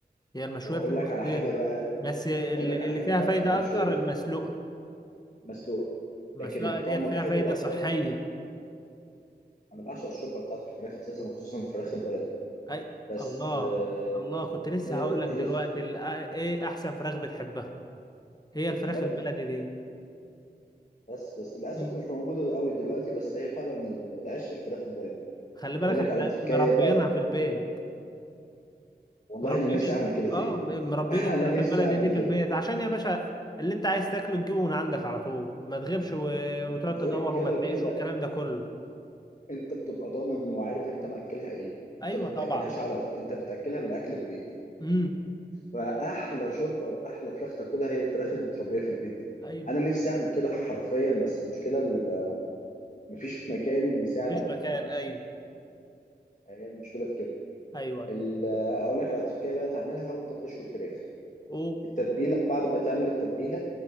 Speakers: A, on the left; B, on the left.
A: هي المشويه
B: واقول
A: بتبقى
B: لك
A: خطيره
B: على حاجه بقى
A: بس اللي
B: واقول لك على
A: اللي
B: حاجه
A: فيها
B: بقى
A: فايده
B: في المشويه
A: اكتر المسلوقه
B: مسلوقه
A: المسلوقه
B: لكن الطعم
A: ديت فيها
B: الحلو
A: فايده
B: اكتر
A: صحيه
B: انا بعشق الشوربه بتاعت الفراخ اساسا وخصوصا الفراخ البلدي
A: أي...
B: بس
A: الله
B: آه،
A: الله كنت لسه
B: هي
A: هقول لك
B: هي
A: دلوقتي ال- ايه احسن فراخ بتحبها هي الفراخ
B: البلدي
A: البلدي دي
B: بس بس للاسف
A: مم.
B: مش موجوده قوي دلوقتي بس هي فعلا العشق الفراخ البلدي
A: خلي بالك
B: واقول لك
A: احنا
B: على تركايه
A: مربيينها
B: بقى
A: في البيت
B: تقول والله
A: مربين
B: انا نفسي
A: ال...
B: اعمل كده تاني
A: اه م- مربين
B: <laughs>
A: الفراخ
B: انا نفسي
A: البلدي
B: اعمل
A: دي
B: كده
A: في البيت عشان يا باشا اللي انت عايز تاكله تجيبه من عندك على طول ما تغيبش و...
B: وغير
A: وتقعد تدور
B: كده
A: وما تلاقيش
B: وكده
A: والكلام ده كله
B: انت بتبقى ضامن وعارف انت مأكلها ايه
A: ايوه
B: انت ما بتاكلهاش
A: طبعا
B: علف انت بتاكلها من اكل البيت
A: امم
B: فاحلى شوربه واحلى فراخ تاكلها هي الفراخ اللي متربيه في البيت دي
A: ايوه
B: انا نفسي اعمل كده حرفيا بس المشكله ال- مفيش مكان يساعد
A: مفيش
B: على
A: مكان
B: ده
A: ايوه
B: هي المشكله في كده
A: ايوه
B: ال- اقول لك على تركايه بقى تعملها وانت بتشوي الفراخ
A: او
B: التتبيله بعد ما تعمل التتبيله